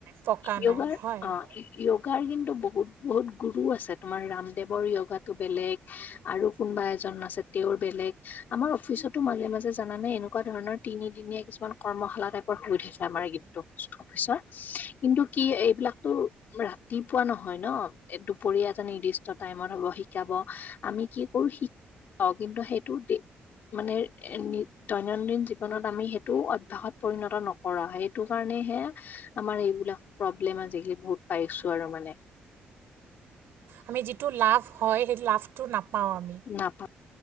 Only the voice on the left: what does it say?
য়োগাৰ
অ। য়োগাৰ কিন্তু বহুত বহুত গুৰু আছে। তোমাৰ ৰামদেৱৰ য়োগাটো বেলেগ। আৰু কোনোবা এজন আছে, তেওঁৰ বেলেগ। আমাৰ অফিচতো মাজে মাজে জানেনে এনেকুৱা ধৰণৰ তিনিদিনীয়া কিছুমান কৰ্মশালা টাইপৰ হৈ থাকে। আমাৰ এই টো অফিচত, কিন্তু কি এইবিলাকটো ৰাতিপুৱা নহয় ন। এ দুপৰীয়া এটা নিৰ্দিষ্ট টাইমত হব, শিকাব, আমি কি কৰো শি কাও কিন্তু সেইটো দিন মানে দৈনন্দিন জীৱনত আমি সেই টো অভ্যাসত পৰিণত নকৰাও সেইটো কাৰণেহে আমাৰ এইবিলাক প্ৰব্লেম আজিকালি বহুত পাইছো আৰু মানে।
নাপাওঁ